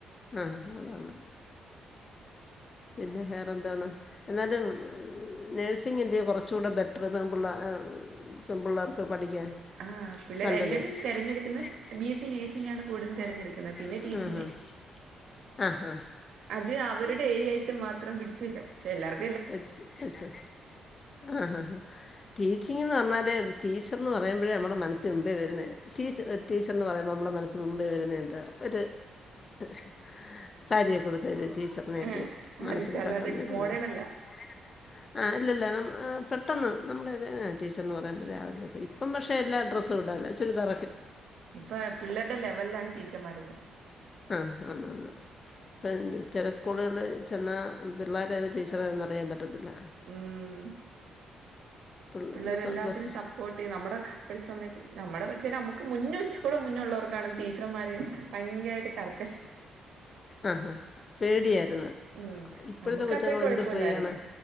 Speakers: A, on the left; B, on the right.
A: ആഹ് അതാണ് പിന്നെ വേറെന്താണ് എന്നാലും നേഴ്സിങ്ങല്ലേ കൊറച്ചൂ ടെ ബെറ്ററ് പെമ്പുള്ളേ പെമ്പുള്ളാർക്ക് പഠിക്കാൻ
B: ആഹ് പിള്ളേ
A: നല്ലത്
B: എല്ലരും
A: എല്ലാരും
B: തെരഞ്ഞടുക്കുന്ന ബി എസ് സി നേഴ്സിംഗാണ് കൂടുതലും തെരഞ്ഞെടുക്കുന്ന- പിന്നെ ടീച്ചിങ്ങ്
A: തെരഞ്ഞെടുക്കുന്നത് ബി എസ് സി നേഴ്സിംഗാണ് കൂടുതൽ ആഹ് ആഹ് ആഹ്
B: അത് അവരുടേരിയായിട്ട് മാത്രം പിടിച്ചു വെക്കാം പക്ഷെ എല്ലാർ-
A: ആഹ് ആഹ് ആഹ് ടീച്ചിങ്ങ് എന്ന് പറഞ്ഞാല് ടീച്ചർന്ന് പറയുമ്പഴേ നമ്മളെ മനസ്സില് മുമ്പേ വരുന്നെയാ ടീച്ച- ടീച്ചർന്ന് പറയുമ്പോൾ നമ്മളെ മനസ്സില് മുമ്പേ വരുന്ന എന്താ ഒര് - സാരിയൊക്കെ ഉടുത്ത ഒരു ടീച്ചറിനെ
B: ഏഹ്
A: അല്ല്യോ മനസ്സിൽ
B: അലുക്ക അല്ലാതെ
A: പെട്ടെന്ന് വരുന്നെ
B: മോഡേൺ
A: -
B: അല്ല
A: ആഹ് ഇല്ലല്ല പെട്ടെന്ന് നമ്മുടെ ടീച്ചർന്ന് പറയുമ്പഴേ രാവിലൊക്കെ ഇപ്പം പക്ഷെ എല്ലാ ഡ്രസ്സും ഇടാല്ല ചുരിദാ
B: ഇപ്പ പിള്ളേരുടെ ലെവലിലാണ് ടീച്ചർമാരെല്ലാം
A: ആഹ് ആന്ന് ആന്ന് ഇപ്പം ചെല സ്കൂളുകളി ചെന്ന പിള്ളേരേത് ടീച്ച റേത് എന്നറിയാൻ പറ്റത്തില്ല
B: ഉം
A: പിള്ളേര്
B: പിള്ളേരെ എല്ലാത്തിനും
A: പ്ലസ് ടു
B: സപ്പോർട്ട് ചെയ്യും നമ്മടെ ഒരു സമയത്തി നമ്മുടെ പഠക്ഷേ നമുക്ക് മുന്ന ഉച്ച കൂടെ മുന്നേ ഉള്ളവർക്കാണ് ടീച്ചർന്മാര് ഭയങ്കരമായിട്ട് ക
A: ആഹ ഹ പേടിയായിരുന്നു
B: ഉം ഉം
A: ഇപ്പോഴത്തെ
B: നമുക്ക്
A: കൊച്ചങ്ങൾ
B: അത്രക്ക് കുഴപ്പമില്ലായിരുന്നു
A: എന്ത് ഫ്രീ ആാണ്